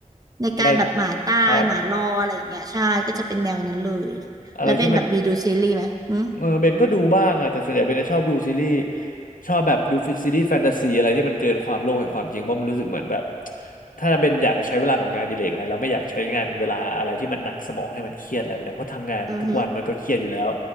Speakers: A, on the right; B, on the left.
A: ในการแบบหมาตายหมารออะไรอย่างเงี้ยใช่ก็จะเป็นแนวนั้นเลย
B: อะไรครับอะไรที่มัน
A: แล้วเป็นแบบมีดูซีรีส์ไหมอืม
B: เออเบนก็ดูบ้างอะแต่ส่วนใหญ่เบนจะชอบดูซีรีส์ชอบแบบดูซีรีส์แฟนตาซีอะไรที่มันเกินความโลกแห่งความจริงเพราะมันรู้สึกเหมือนแบบถ้าเบนอยากจะใช้เวลากับงานอดิเลกอะไรเราไม่อยากใช้งานเวลาอะไรที่มันหนักสมองให้มันเครียดอะไรแบบนี้เพราะทำงานทุกวันมันก็เครียดอยู่แล้ว
A: อือหือ